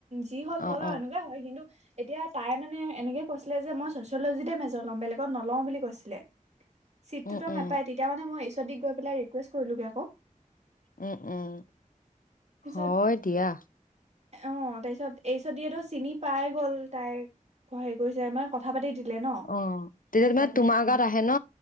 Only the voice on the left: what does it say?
অ অ
উম উম
উম উম
হয় দিয়া
অ তেতিয়া
তোমাৰ
তোমাৰ গাত আহে ন